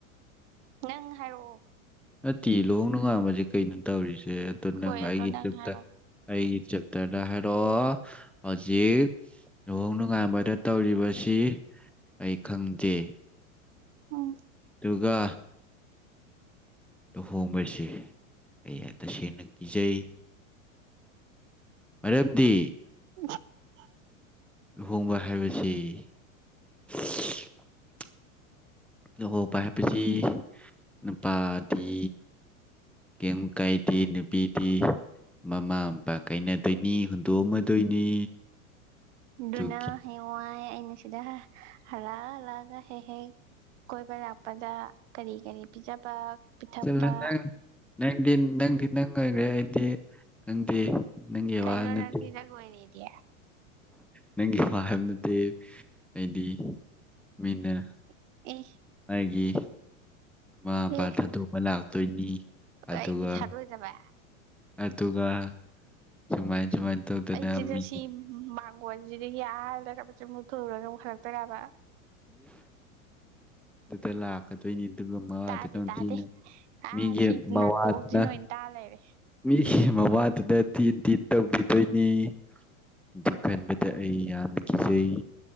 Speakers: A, on the right; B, in the centre.
A: ꯅꯪ ꯍꯥꯏꯔꯛꯑꯣ
B: ꯅꯠꯇꯤ ꯂꯨꯍꯣꯡ ꯅꯣꯡꯉꯥꯟꯕꯁꯦ ꯀꯩꯅꯣ ꯇꯧꯔꯤꯁꯦ ꯑꯗꯣ
A: ꯍꯣꯏ
B: ꯅꯪ ꯑꯩꯒꯤ
A: ꯑꯗꯣ
B: ꯆꯇꯠ
A: ꯍꯥꯏꯔꯛꯑꯣ
B: ꯑꯩꯒꯤ ꯆꯠ ꯇꯔꯗ ꯍꯥꯏꯔꯛꯑꯣ ꯍꯧꯖꯤꯛ ꯂꯨꯍꯣꯡ ꯅꯨꯡꯉꯥꯟꯕꯗ ꯇꯧꯔꯤꯕꯁꯤ ꯑꯩ ꯈꯪꯗꯦ
A: ꯑꯣ
B: ꯗꯨꯒ ꯂꯨꯍꯣꯡꯕꯁꯤ ꯑꯩ ꯇꯁꯦꯡꯅ ꯀꯤꯖꯩ ꯃꯔꯝꯗꯤ
A: <unintelligible>
B: ꯂꯨꯍꯣꯡꯕ ꯍꯥꯏꯕꯁꯤ <unintelligible> ꯂꯨꯍꯧꯕ ꯍꯥꯏꯕꯁꯤ ꯅꯨꯄꯥꯗꯤ ꯀꯦꯝ ꯀꯥꯏ ꯗꯦ ꯅꯨꯄꯤꯗꯤ ꯃꯃꯥ ꯃꯄꯥ ꯀꯥꯏꯅꯗꯣꯏꯅꯤ ꯍꯨꯟꯗꯣꯛꯑꯝꯃꯗꯣꯏꯅꯤ
A: ꯑꯗꯨꯅ
B: ꯑꯗꯨꯒꯤ
A: ꯍꯌꯦꯡꯋꯥꯏ ꯑꯩꯅ ꯁꯤꯗ ꯍꯜꯂꯛ ꯍꯂꯛꯑꯒ ꯍꯦꯛ ꯍꯦꯛ ꯀꯣꯏꯕ ꯂꯥꯛꯄꯗ ꯀꯔꯤ ꯀꯔꯤ ꯄꯤꯖꯕ ꯄꯤꯊꯛꯄ
B: ꯆꯠꯂꯣ ꯅꯪ ꯅꯪꯗꯤ ꯅꯪꯗꯤ ꯅꯪ ꯑꯣꯏꯔꯦ ꯑꯩꯗꯤ ꯅꯪꯗꯤ ꯅꯪꯒꯤ
A: ꯀꯩꯅꯣ
B: ꯋꯥ ꯅꯠꯇꯦ
A: ꯅꯪꯗꯤ ꯅꯪ ꯑꯣꯏꯔꯦꯗꯤ
B: ꯅꯪꯒꯤ ꯋꯥ ꯍꯥꯏꯕ ꯅꯠꯇꯦ ꯑꯩꯗꯤ ꯃꯤꯅ
A: ꯑꯦ
B: ꯅꯪꯒꯤ ꯃꯥ ꯕꯥ
A: ꯑꯦ
B: ꯊꯥꯗꯣꯛꯑꯝꯃ ꯂꯥꯛꯇꯣꯏꯅꯤ ꯑꯗꯨꯒ
A: ꯑꯩꯗꯤ ꯊꯥꯗꯣꯏꯗꯕ
B: ꯑꯗꯨꯒ ꯁꯨꯃꯥꯏ ꯁꯨꯃꯥꯏꯅ ꯇꯧꯗꯅ
A: ꯑꯩ ꯆꯦꯟꯖꯁꯤ
B: ꯃꯤ
A: ꯃꯒꯣꯟꯖꯤꯗ ꯌꯥꯜꯗ ꯔ ꯆ ꯃꯨ ꯊꯣꯛꯎꯔ ꯑꯃꯨꯛ ꯍꯜꯂꯛꯇꯣꯏꯔꯕ
B: ꯗꯨꯗ ꯂꯥꯛꯀꯗꯣꯏꯅꯤ ꯑꯗꯨ ꯃꯃꯥꯗ
A: ꯇꯥꯗꯦ
B: ꯅꯪꯒꯤ
A: ꯇꯥꯗꯦ ꯑꯥ
B: ꯃꯤꯒꯤ
A: ꯁꯤ
B: ꯃꯋꯥꯗꯨꯅ
A: ꯅꯥꯀꯣꯡꯁꯤꯅ ꯑꯣꯏꯅ ꯇꯥ ꯂꯩꯔꯦ
B: ꯃꯤꯒꯤ ꯃꯋꯥꯗꯨꯗ ꯊꯤꯟ ꯊꯤꯟ ꯇꯧꯕꯤꯗꯣꯏꯅꯤ ꯑꯗꯨ ꯈꯟꯕꯗ ꯑꯩ ꯌꯥꯝꯅ ꯀꯤꯖꯩ